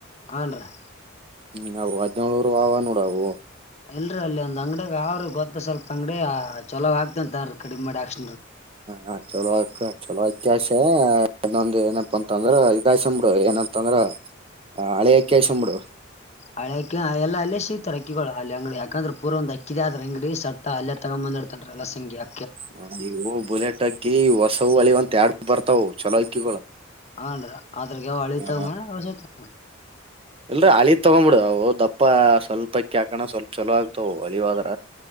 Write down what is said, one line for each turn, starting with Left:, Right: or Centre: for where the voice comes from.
Left: ಹನ್ರೀ
Right: ಹ್ಮ್ ಅವು ಹದಿನೆಂಲುನೂರು ಆವ ನೋಡವು
Left: ಇಲ್ರರಿ ಅಲ್ಲಿ ಒಂದ್ ಅಂಗಡಿಯಾಗ ಅವ್ರರು ಗೊತ್ತ ಸ್ವಲ್ಪ ಅಂಗಡಿಯ ಚಲೋ ಆಗ್ತಂತನ್ ತರಿ ಕಡಿಮ ಮಾಡಿ ಆಕ್ಷ
Right: ಹ ಚಲೋ ಅತ್ ತಾ ಚಲೋ ಆಕ್ಕಿ ಅಕ್ಸ ಇನ್ನೊಂದ ಏನಪ್ಪ ಅಂತ ಅಂದ್ರ ಇದಾಕಿಸ್ಕೆದು ಬುಡು ಏನಂತಂದ್ರ ಹಳೆಅಕ್ಕಿ ಹಾಕಿಸ್ಕಾಡ್ಬುದು
Left: ಹಳೆಕ ಎಲ್ಲ ಅಲ್ಲೇ ಸಿಗ್ತಾರೆ ಅಕ್ಕಿಳ ಅಲ್ಲಿ ಅಂಗಡಿ ಯಾಕಂದ್ರೆ ಪೂರ ಒಂದ ಅಕ್ಕಿ ಆದ್ರ ಅಂಗಡಿ ಸ ಅಲ್ಲೇ ತಗೊ ನನಹಿಡ್ಕಂಡ್ರೆ ಎಲ್ಲಶಂಗ್ಯಾ
Right: ಹ ಇವು ಬುಲೆಟ್ ಅಕ್ಕಿ ಹೊಸವು ಹಳಿವು ಅಂತ ಎಡ್ ಬರ್ತಾವ ಅವ್ ಚಲೋ ಅಕ್ಕಿಗಳು.
Left: ಹನ್ರೀ ಆದ್ರಗ್ ಯಾವ ಹಾಲಿವ್
Right: ಆ,
Left: ತಗಮಾ ಹೊಸವ್ತಾಗೋಮ್
Right: ಇಲ್ರ ಅಳಿ ತಗೊಂಡ್ಬಿಡ ಅವು ದಪ್ಪ ಸ್ವಲ್ಪಕ್ಕ್ಯಾಕಣ ಸ್ವಲ್ಪ ಚಲೋ ಆಗ್ತವು ಅಳಿವಾದ್ರ.